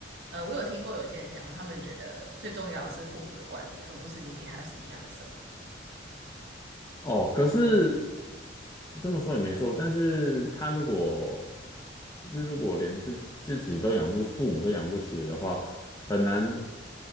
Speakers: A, on the right; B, on the left.
A: 呃，我有听过有些人讲，他们觉得最重要的是父母的观念，而不是你给他什么样的生活。
B: 哦。可是这么说也没错，但是他如果就如果连自自己都养不起，父母都养不起的话，很难